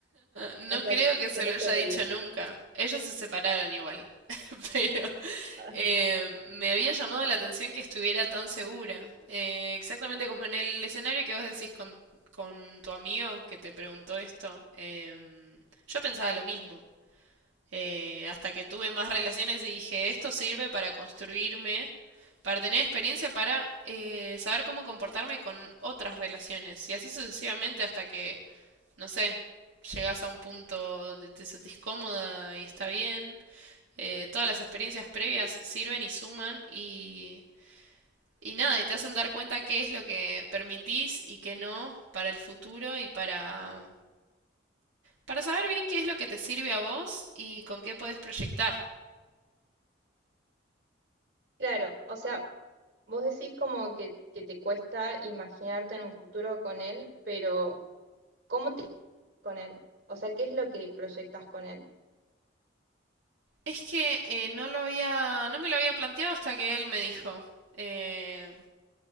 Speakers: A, on the right; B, on the right.
A: No
B: O sea,
A: creo que se
B: que no
A: lo haya
B: se veía.
A: dicho nunca. Ellos se separaron igual. <laughs> Pero
B: Ah.
A: eh, me había llamado la atención que estuviera tan segura. Eh, exactamente como en el escenario que vos decís con, con tu amigo que te preguntó esto. em, yo pensaba lo mismo. eh, hasta que tuve más relaciones y dije, esto sirve para construirme, para tener experiencia, para eh, saber cómo comportarme con otras relaciones. Y así sucesivamente hasta que, no sé, llegas a un punto donde te sentís cómoda y está bien. Eh, todas las experiencias previas sirven y suman y, y nada, y te hacen dar cuenta qué es lo que permitís y qué no para el futuro y para, para saber bien qué es lo que te sirve a vos y con qué podés proyectar.
B: Claro, o sea, Vos decís como que, que te cuesta imaginarte en un futuro con él, pero ¿cómo te con él? O sea, ¿qué es lo que proyectas con él?
A: Es que eh, no lo había, no me lo había planteado hasta que él me dijo. Eh,